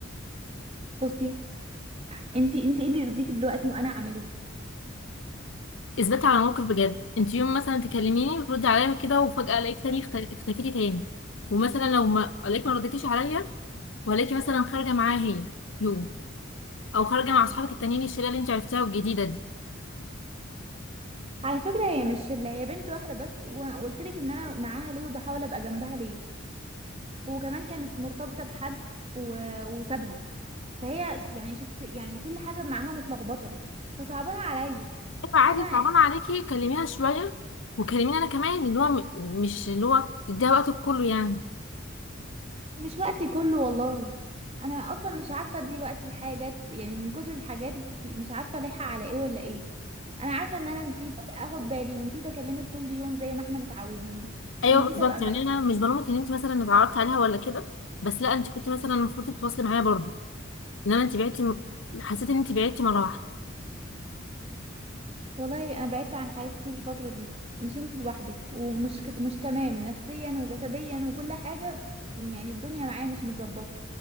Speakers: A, on the right; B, on the left.
A: بصي انتي انتي ايه اللي يرضيكي دلوقتي وانا اعمله
B: اثبتي على موقف بجد انت يوم مثلا تكلميني وتردي عليا وكده وفجأة الاقيك تاني اخت- اختفيتي تاني ومثلا لو ما الاقيك ما رديتيش عليا وهلاقيكي مثلا خارجة معاها هي يوم او خارجة مع اصحابك التانيين الشلة اللي انت عرفتها الجديدة دي
A: على فكره هي مش اللي هي بنت واحده بس وقلت لك ان انا معاها ليه وبحاول ابقى جنبها ليه وكمان كانت مرتبطه بحد و... وسابها فهي ش- يعني شخص يعني كل حاجه معاها متلخبطه فصعبانه عليا
B: ايوه عادي
A: انا
B: صعبان عليكي كلميها شويه وكلميني انا كمان اللي هو م- مش اللي هو تديها وقتك كله يعني
A: مش وقتي كله والله انا اصلا مش عارفه ادي وقتي لحاجات يعني من كتر الحاجات في مش عارفه الاقيها على ايه ولا ايه انا عارفه ان انا نسيت اخد بالي ونسيت اكلمك كل يوم زي ما احنا متعودين
B: ايوه
A: ونسيت
B: بالظبط
A: ابقى
B: يعني انا مش بلومك ان انت مثلا اتعرضت عليها ولا كده بس لا انت كنت مثلا المفروض تتواصلي معايا برضو ان انا انت بعتي حسيت ان انت بعتي مره واحده
A: والله انا بعدت عن حاجات كتير الفتره دي مش انتي لوحدك ومش كت- مش تمام نفسيا وجسديا وكل حاجه يعني الدنيا معايا مش متظبطه